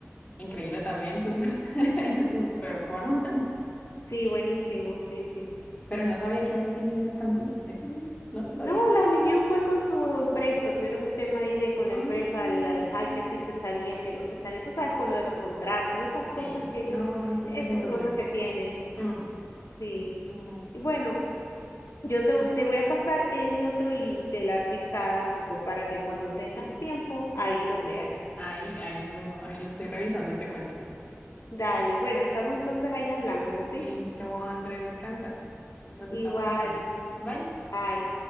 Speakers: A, on the left (about 25°); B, on the left (about 80°).
A: increíble también sus, <laughs> sus performances,
B: Sí, buenísimo, sí, sí.
A: pero no sabía que habían tenido un escándalo, eso sí, no lo sabía.
B: No, la New Jeans fue con su empresa, tuvieron un tema ahí de con
A: Ah,
B: la empresa, la de High, que sí se salían, que no se salían. Tú sabes, con lo de los contratos, esas
A: sí,
B: cosas que ellos,
A: no, eso
B: esas
A: sí es muy turbio.
B: cosas que tienen.
A: Mm.
B: Sí.
A: Oh,
B: Y bueno, yo te,
A: ah,
B: te voy a pasar el otro link del artista Cuco para que cuando tengas
A: sí.
B: tiempo, ahí lo veas.
A: Ahí, ahí lo, ahí lo estoy revisando y te cuento.
B: Dale, bueno, estamos entonces ahí hablando, ¿sí?
A: Listo, André, descansa. Nos
B: Igual,
A: estamos hablando. Bye.
B: bye.